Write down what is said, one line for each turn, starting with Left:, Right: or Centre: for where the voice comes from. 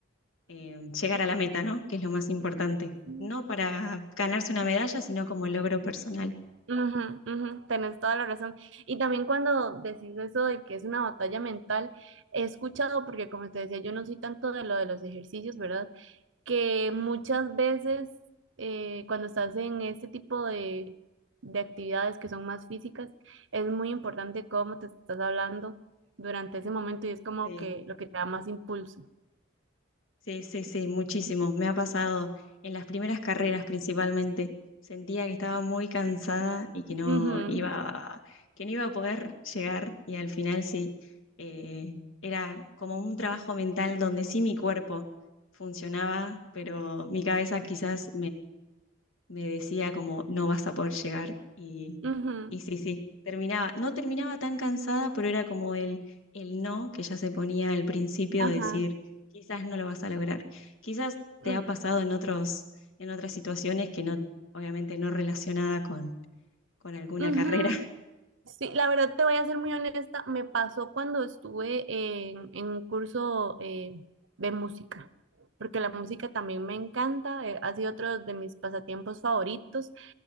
Left: eh, llegar a la meta, ¿no? Que es lo más importante.
Right: ujú.
Left: No para ganarse una medalla, sino como logro personal.
Right: Ujú, ujú, tenés toda la razón. Y también cuando decís eso de que es una batalla mental, he escuchado, porque como te decía, yo no soy tanto de lo de los ejercicios, ¿verdad? Que muchas veces eh, cuando estás en este tipo de, de actividades que son más físicas, es muy importante cómo te estás hablando durante ese momento y es como
Left: Sí,
Right: que lo que te da más impulso.
Left: sí, sí, sí, muchísimo. Me ha pasado en las primeras carreras principalmente. Sentía que estaba muy cansada y que no
Right: Ujú,
Left: iba, que no iba a poder llegar. Y al final sí, eh, era como un trabajo mental donde sí mi cuerpo funcionaba, pero mi cabeza quizás me decía como no vas a poder llegar y,
Right: ujú,
Left: y sí, sí, terminaba, no terminaba tan cansada, pero era como el, el no que ya se ponía al principio,
Right: ajá,
Left: de decir quizás no lo vas a lograr, quizás
Right: ujú,
Left: te ha pasado en otros, en otras situaciones que no, obviamente no relacionada con, con alguna
Right: ujú,
Left: carrera. <laughs>
Right: Sí, la verdad te voy a ser muy honesta, me pasó cuando estuve en, en un curso eh, de música, porque la música también me encanta, eh, ha sido otro de mis pasatiempos favoritos